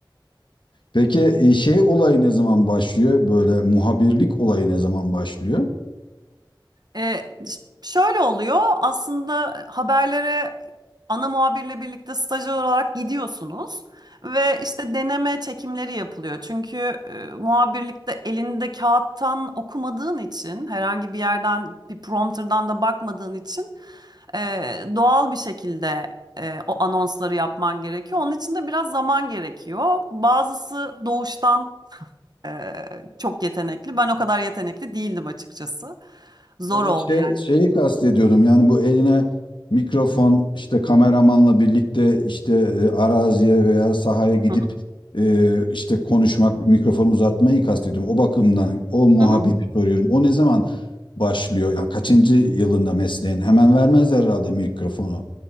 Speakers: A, on the left; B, on the right.
A: Peki e, şey olayı ne zaman başlıyor? Böyle muhabirlik olayı ne zaman başlıyor?
B: E, ş- şöyle oluyor aslında haberlere ana muhabirle birlikte stajyer olarak gidiyorsunuz ve işte deneme çekimleri yapılıyor. Çünkü e, muhabirlikte elinde kağıttan okumadığın için herhangi bir yerden bir prompterdan da bakmadığın için e, doğal bir şekilde e, o anonsları yapman gerekiyor. Onun için de biraz zaman gerekiyor. Bazısı doğuştan e, çok yetenekli. Ben o kadar yetenekli değildim açıkçası. Zor
A: Ya ben
B: oldu
A: şey şeyi kastediyordum yani bu eline mikrofon işte kameramanla birlikte işte e, araziye veya sahaya gidip
B: Hı
A: e, işte konuşmak, mikrofonu uzatmayı kastediyorum. O bakımdan o muhabbeti
B: hı. hı.
A: soruyorum. O ne zaman başlıyor? Yani kaçıncı yılında mesleğin? Hemen vermezler herhalde mikrofonu.